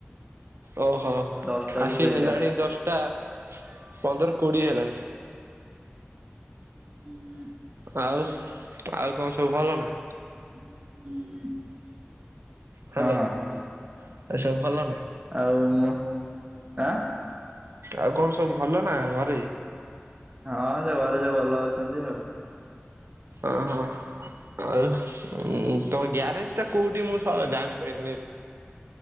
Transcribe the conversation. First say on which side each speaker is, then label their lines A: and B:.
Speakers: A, on the right; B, on the right.
A: ଓହୋ
B: ଦଶଟାରୁ
A: ଆସି
B: ଏଗାରଟା।
A: ହେଲାଣି ଦଶଟା ପନ୍ଦର କୋଡିଏ ହେଲାଣି
B: <inaudible>
A: ଆଉ ଆଉ କଣ ସବୁ ଭଲ ନା?
B: <inaudible>
A: ହ୍ୟାଲୋ
B: ହଁ
A: ଆରେ ସବୁ ଭଲ ନା?
B: ଆଉ ମୁଁ ଆଁ
A: ଆଉ କଣ ସବୁ ଭଲ ନା ଘରେ।
B: ହଁ ସେ ଘରେ ଯୋ ଭଲ ଅଛନ୍ତି ଆଉ।
A: ଓହୋ ଆଉ ତମ ଗ୍ୟାରେଜ ଟା କୋଉଠି ମୁଁ ସା ଜାଣିପାରିଲିନି?